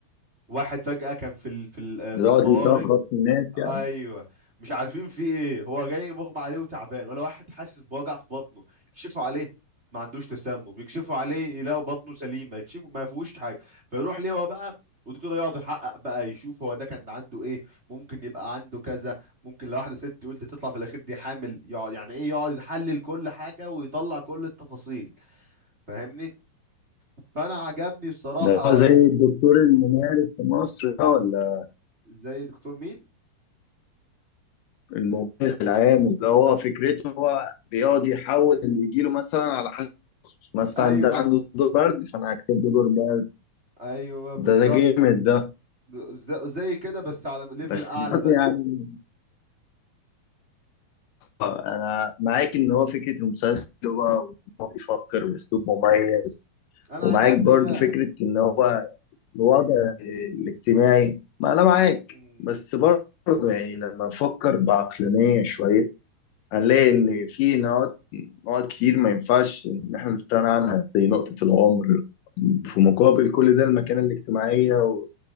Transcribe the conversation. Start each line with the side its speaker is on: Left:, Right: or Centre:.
Right: واحد فجأة كان في ال... في ال... آه، في
Left: بيقعد
Right: الطوارئ
Left: يشخص في الناس
Right: ايوه
Left: يعني
Right: مش عارفين في ايه هو جاي مغمى عليه وتعبان ولا واحد حاسس بوجع في بطنه يكشفوا عليه ما عندوش تسمم يكشفوا عليه يلاقوا بطنه سليمه يكشفوا ما فيهوش حاجه فيروح ليه هو بقى والدكتور ده يقعد يحقق بقى يشوف هو ده كان عنده ايه ممكن يبقى عنده كذا ممكن لو واحده ست تقول دي تطلع في الاخير دي حامل يقعد يعني ايه يقعد يحلل كل حاجه ويطلع كل التفاصيل فاهمني فانا عجبني بصراحه
Left: ده هو زي الدكتور الممارس في مصر ده ولا
Right: زي دكتور مين
Left: المميز العام اللي هو فكرته هو بيقعد يحول اللي يجيله مثلا على حسب مثلا
Right: ايوه
Left: ده عنده دور برد فانا هكتب له دور برد
Right: ايوه بالظبط
Left: ده ده جامد ده
Right: ز- زي كده بس على ليفل
Left: بس
Right: اعلى
Left: برضه
Right: بقى
Left: يعني انا معاك ان هو فكره المسلسل هو وإن هو بيفكر باسلوب مميز
Right: انا
Left: ومعاك
Right: عجبني
Left: برضه
Right: بقى
Left: فكره ان هو الوضع الاجتماعي ما انا معاك
Right: مم.
Left: بس برضه يعني لما نفكر بعقلانيه شويه هنلاقي إن في نقط نقط كتير ما ينفعش إن إحنا نستغنى عنها زي نقطة العمر في
Right: مم.
Left: مقابل كل ده المكانة الاجتماعية و-